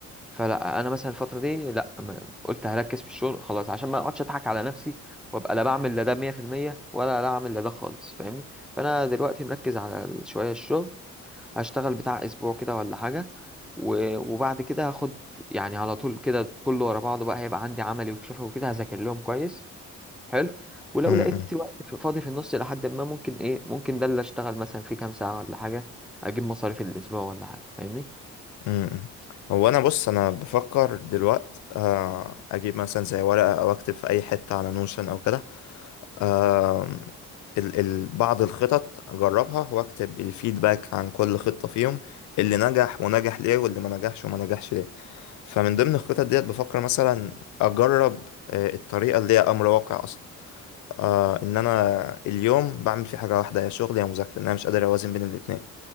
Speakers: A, in the centre; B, on the left.
A: فلا انا مثلا الفتره دي لا ما- قلت هركز في الشغل خلاص عشان ما اقعدش اضحك على نفسي وابقى لا بعمل لا ده 100% ولا لا اعمل لا ده خالص فاهمني فانا دلوقتي مركز على شويه الشغل هشتغل بتاع اسبوع كده ولا حاجه و- وبعد كده هاخد يعني على طول كده كله ورا بعضه بقى هيبقى عندي عملي وشفوي وكده هذاكر لهم كويس حلو ولو
B: امم
A: لقيت وقت فاضي في النص لحد ما ممكن ايه ممكن ده اللي اشتغل مثلا فيه كام ساعه ولا حاجه اجيب مصاريف الاسبوع ولا حاجه فاهمني
B: امم هو انا بص انا بفكر دلوقت آه، اجيب مثلا زي ورقة او اكتب في اي حتة على نوشن او كده آه، ال ال بعض الخطط اجربها واكتب الفيدباك عن كل خطة فيهم اللي نجح ونجح ليه واللي ما نجحش وما نجحش ليه فمن ضمن الخطط ديت بفكر مثلا اجرب آه، الطريقة اللي هي امر واقع آه ان انا اليوم بعمل فيه حاجه واحده يا شغل يا مذاكره ان انا مش قادر اوازن بين الاتنين